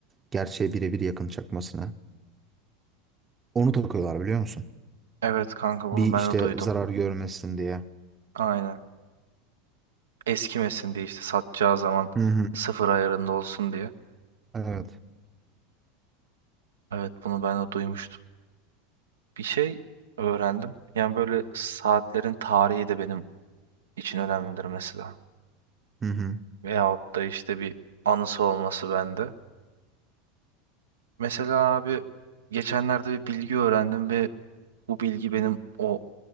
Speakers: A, on the right; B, on the right.
A: Gerçeğe birebir yakın çakmasını. Onu takıyorlar biliyor musun?
B: Evet kanka bunu
A: Bir
B: ben
A: işte
B: de duydum.
A: zarar görmesin diye.
B: Aynen. Eskimesin diye işte satacağı zaman
A: Hı hı.
B: sıfır ayarında olsun diye.
A: Evet.
B: Evet bunu ben de duymuştum. Bir şey öğrendim. Yani böyle saatlerin tarihi de benim için önemlidir mesela.
A: Hı hı.
B: Veyahut da işte bir anısı olması bende. Mesela abi geçenlerde bir bilgi öğrendim ve bu bilgi benim o